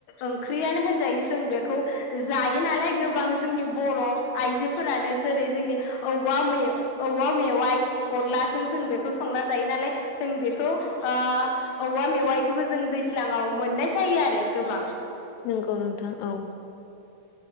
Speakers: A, on the left; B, on the left.
A: ओंख्रियानो होनजायो जों बेखौ जायो नालाय गोबां जोंनि बर' आइजोफोरानो जेरै जोंनि औवा औवा मेवाइ अनलाजों जों बेखौ संना जायो नालाय जों बेखौ ओ औवा मेवाइखौबो जों दैज्लाङाव मोननाय जायो आरो गोबां
B: नंगौ नोंथां औ